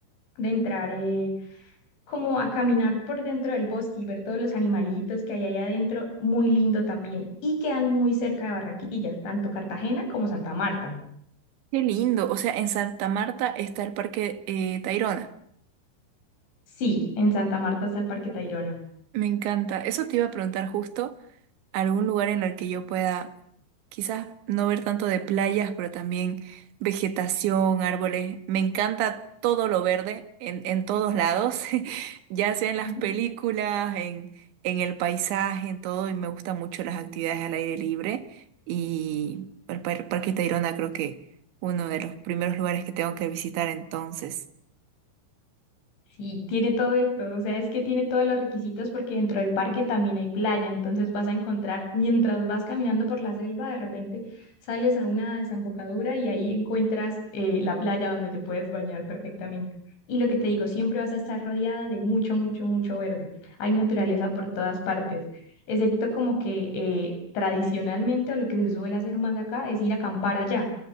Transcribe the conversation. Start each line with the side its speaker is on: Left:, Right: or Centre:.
Left: de entrar... eh, como a caminar por dentro del bosque y ver todos los animalitos que hay ahí adentro, muy lindo también. Y quedan muy cerca de Barranquilla, tanto Cartagena como Santa Marta.
Right: Qué lindo. O sea, en Santa Marta está el Parque eh, Tayrona.
Left: Sí, en Santa Marta está el Parque Tayrona.
Right: Me encanta. Eso te iba a preguntar justo. algún lugar en el que yo pueda quizás no ver tanto de playas, pero también vegetación, árboles. Me encanta todo lo verde en, en todos lados, <laughs> ya sea en
Left: <laughs>
Right: las películas, en, en el paisaje, en todo, y me gustan mucho las actividades al aire libre. Y bueno, el par- Parque Tayrona creo que uno de los primeros lugares que tengo que visitar entonces.
Left: Sí, tiene todo esto, o sea, es que tiene todos los requisitos porque dentro del parque también hay playa, entonces vas a encontrar, mientras vas caminando por la selva, de repente sales a una desembocadura y ahí encuentras eh, la playa donde te puedes bañar perfectamente. Y lo que te digo, siempre vas a estar rodeada de mucho, mucho, mucho verde. Hay naturaleza por todas partes, excepto como que eh, tradicionalmente o lo que se suele hacer más acá es ir a acampar allá